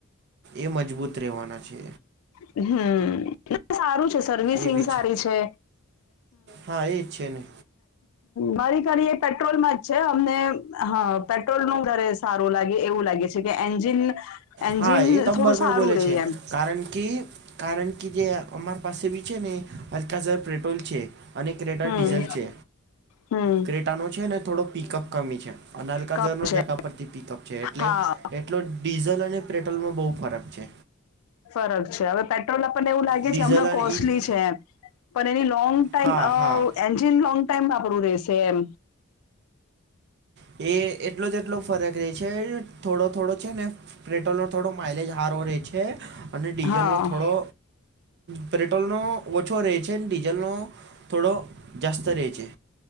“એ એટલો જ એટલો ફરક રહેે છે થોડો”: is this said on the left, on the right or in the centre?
Right